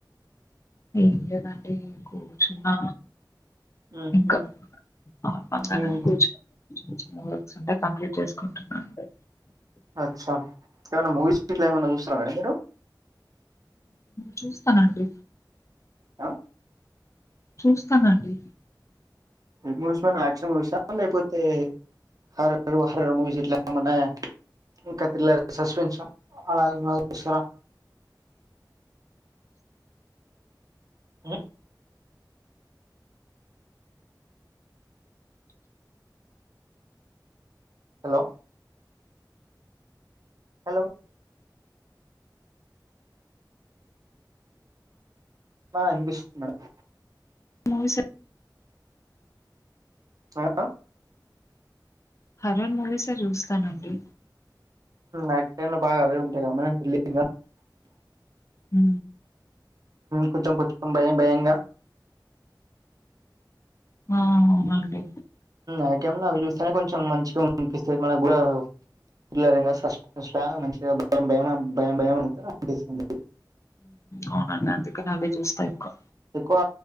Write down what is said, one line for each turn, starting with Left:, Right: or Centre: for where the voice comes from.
Left: ఏం లేదండి కూర్చున్నా
Right: ఉహుం,
Left: ఇంకా <unintelligible>
Right: ఉమ్,
Left: <unintelligible> చేసుకుంటున్నాండి
Right: అచ్చ ఏమన్న మూవీస్ గిట్ల ఏమన్న చూసినార అండి మీరు
Left: చూస్తనండి
Right: ఆ
Left: చూస్తానండి
Right: ఏ మూవీస్ అండి యాక్షన్ మూవీస్ లేకపోతే హార్రర్ <unintelligible> మూవీస్ ఇట్లా ఏమన్నా ఇంకా త్రిల్లర్ సస్పెన్షన్స్ అలాంటివి చూసారా ఉ హలో హలో ఆవినిపిస్తుంది మేడం
Left: మూవీస్
Right: ఆ
Left: హర్రర్ మూవీసే చూస్తానండి
Right: అ టై లో బాగా అవే ఉంటాయి కమ్మా తెలిం <unintelligible>
Left: హ
Right: కొంచెం కొంచెం భయం భయంగా
Left: ఆ అండి
Right: అకేమన్నా అవి చూస్తేనే కొంచెం మంచిగా అనిపిస్తుంది మనకు కూడా త్రిల్లర్ సస్పెన్స్ మంచిగా భయం భయం భయం భయం అ అనిపిస్తుంది
Left: అవునండి అందుకే అవే చూస్తా ఎక్కువ
Right: ఎక్కువ